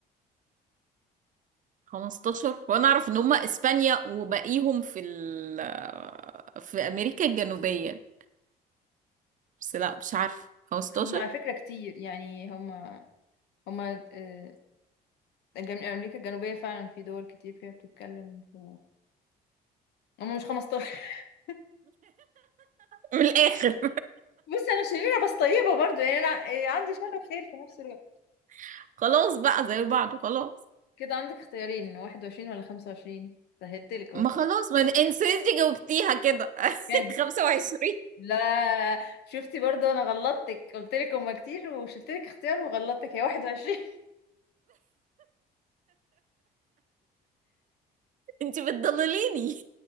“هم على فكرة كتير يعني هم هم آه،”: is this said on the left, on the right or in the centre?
Left